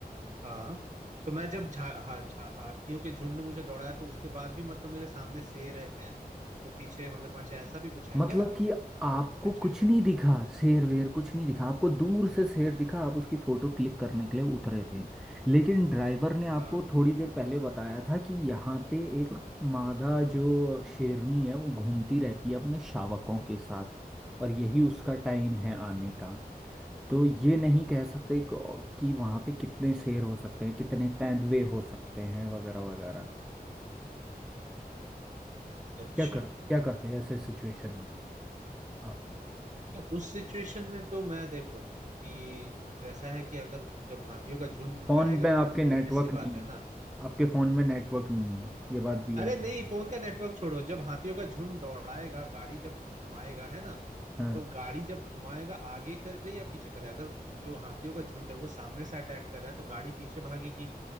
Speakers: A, on the right; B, in the centre.
A: हाँ तो मैं जब झा हा, झा हाथियों के झुंड ने मुझे दौड़ाया तो उसके बाद भी मतलब मेरे सामने शेर है तो पीछे मगरमच्छ है, ऐसा भी कुछ है
B: मतलब
A: क्या
B: कि आपको
A: सिचुएशन
B: कुछ नहीं दिखा शेर वेर कुछ नहीं दिखा आपको दूर से शेर दिखा आप उसकी फोटो क्लिक करने के लिए उतरे थे लेकिन ड्राइवर ने आपको
A: हाँ
B: थोड़ी देर पहले बताया था कि यहाँ पे एक मादा जो शेरनी है वो घूमती रहती है अपने शावकों के साथ और यही उसका टाइम है आने का तो ये नहीं कह सकते क- कि वहाँ पे कितने शेर हो सकते हैं कितने तेंदुए हो सकते हैं वगैरह वगैरह
A: अच्छा
B: क्या कर क्या करते हैं ऐसे सिचुएशन में आप
A: तो उस सिचुएशन में तो मैं देखो कि जैसा है कि अगर जब हाथियों का झुंड भगाएगा
B: फोन पे
A: भाई
B: आपके
A: तो
B: नेटवर्क
A: ऑब्वियस सी
B: नहीं
A: बात है
B: है
A: ना
B: आपके फोन में नेटवर्क नहीं है ये बात भी
A: अरे
B: याद
A: नहीं
B: रखना
A: फोन का नेटवर्क छोड़ो जब हाथियों का झुंड दौड़ाएगा गाड़ी जब घुमाएगा है ना
B: हाँ
A: तो गाड़ी जब घुमाएगा आगे करे या पीछे करे अगर जो हाथियों का झुंड है वो सामने से अटैक कर रहा है तो गाड़ी पीछे भागेगी